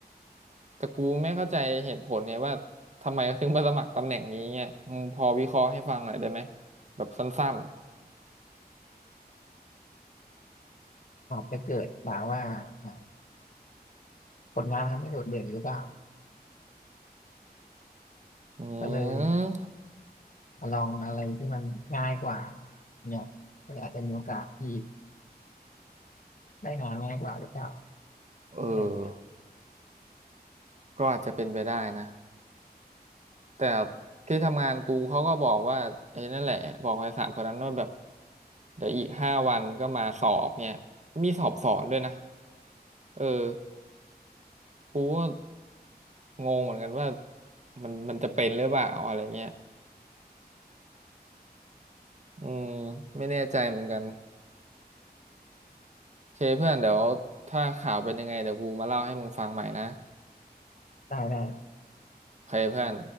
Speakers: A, on the right; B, on the left.
A: แต่กูไม่เข้าใจเหตุผลเนี่ยว่าทำไมเขาถึงมาสมัครตำแหน่งนี้เนี่ยมึงพอวิเคราะห์ให้ฟังหน่อยได้ไหมแบบสั้น
B: อาจจะเกิดจากว่าอ่าผลงานทำไม่โดดเด่นหรือเปล่า
A: ๆอื
B: ก็เลย
A: ม
B: ลองอะไรที่มันง่ายกว่าเนี่ยก็อาจจะมีโอกาสที่ได้งานง่ายกว่าหรือเปล่า
A: เออ
B: อะไรอย่างเงี้ย
A: ก็อาจจะเป็นไปได้นะแต่ที่ทำงานกูเขาก็บอกว่าไอ้นั่นแหละบอกไอ้สามคนนั้นว่าแบบเดี๋ยวอีกห้าวันก็มาสอบเนี่ยมีสอบสอนด้วยนะเออ กูก็งงเหมือนกันว่ามันมันจะเป็นหรือเปล่าอะไรเงี้ย อืมไม่แน่ใจเหมือนกันโอเคเพื่อนเดี๋ยวถ้าข่าวเป็นยังไงเดี๋ยวกูมาเล่าให้มึงฟังใหม่นะ
B: ได้ได้
A: โอเคเพื่อน